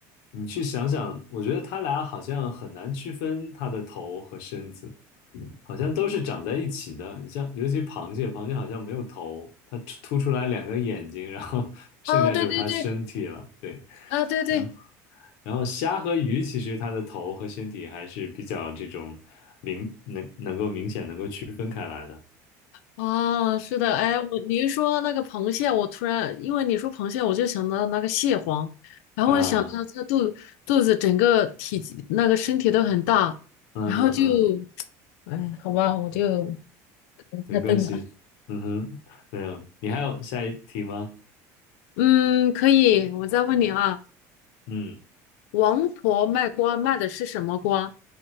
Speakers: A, on the left; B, on the left.
A: 你去想想，我觉得它俩好像很难区分它的头和身子，好像都是长在一起的。你像，尤其螃蟹，螃蟹好像没有头，它突突出来两个眼睛，然后 <laughs> 剩下就是它身体了。
B: 啊，对对对
A: 对，
B: 啊，对对，
A: 然后然后虾和鱼，其实它的头和身体还是比较这种明能能够明显能够区分开来的。
B: 啊，是的，哎，我你一说那个螃蟹，我突然因为你说螃蟹，我就想到那个蟹黄，然后我就想到它肚肚子整个体积那个身体都很大，
A: 啊，嗯嗯嗯。
B: 然后就，哎，好吧，我就可能太笨了。
A: 没关系。嗯哼，没有。你还有下一题吗？
B: 嗯，可以，我再问你啊，
A: 嗯，
B: 王婆卖瓜卖的是什么瓜？